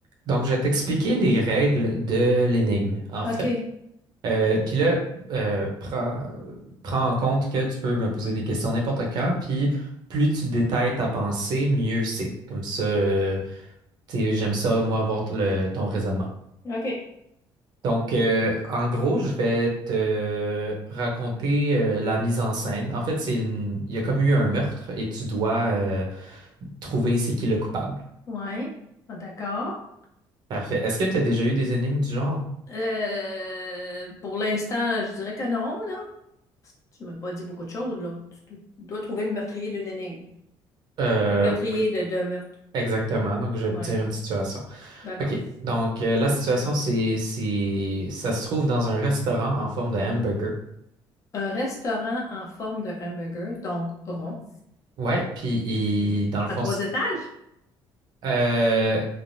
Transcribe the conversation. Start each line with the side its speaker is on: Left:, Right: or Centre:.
Right: Donc, je vais t'expliquer les règles de l'énigme, en
Left: OK.
Right: fait. Euh, puis là, euh, prends, prends en compte que tu peux me poser des questions n'importe quand, puis plus tu détailles ta pensée, mieux c'est. Comme ça, euh, tu sais, j'aime ça, moi, avoir t- le- ton raisonnement.
Left: OK.
Right: Donc, euh, en gros, je vais te raconter euh, la mise en scène. En fait, c'est une... il y a comme eu un meurtre et tu dois euh, trouver c'est qui le coupable.
Left: Ouais. Ah, D'accord.
Right: Parfait. Est-ce que tu as déjà eu des énigmes du genre?
Left: Euh, pour l'instant, je dirais que non, là. Tu m'as pas dit beaucoup de choses, là. Tu tu dois trouver le meurtrier d'une énigme.
Right: Euh,
Left: Le meurtrier
Right: oui.
Left: de d'un meurtre.
Right: Exactement. Donc, je vais
Left: Ouais.
Right: te dire une situation.
Left: D'accord.
Right: OK. Donc, euh, la situation, c'est, c'est, ça se trouve dans un restaurant en forme de hamburger.
Left: Un restaurant en forme de hamburger, donc rond,
Right: Ouais. Puis, il- dans le fond,
Left: à trois
Right: c'est-
Left: étages?
Right: euh,